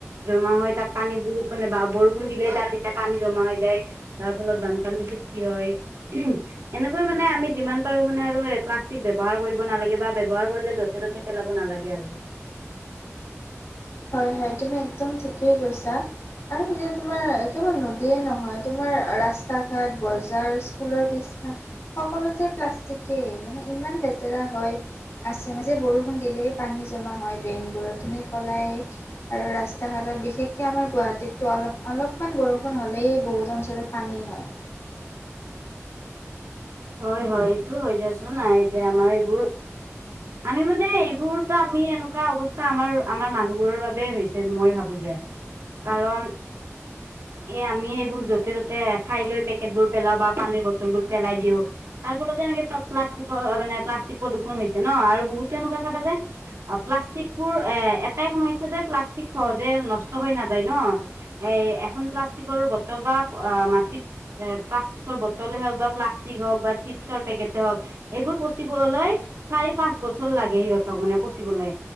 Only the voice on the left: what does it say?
হয় হয় তুমি একদম ঠিকেই কৈছা আৰু নি তোমাৰ কেৱল নদীয়ে নহয় তোমাৰ ৰাস্তা ৰাস্তা ঘাট বজাৰ স্কুলৰ বিছ সকলোতে প্লাষ্টিকে মানে ইমান লেতেৰা হয় আছে মাজে বৰষুণ দিলেই পানী জমা হয় ড্ৰেইনবোৰত তুমি ক'লাই আৰু ৰাস্তা ঘাটত বিশেষ তে আমাৰ গুৱাহাটীতো অলপ অলপমান বৰষুণ হ'লেই বহুত অঞ্চলত পানী হয়।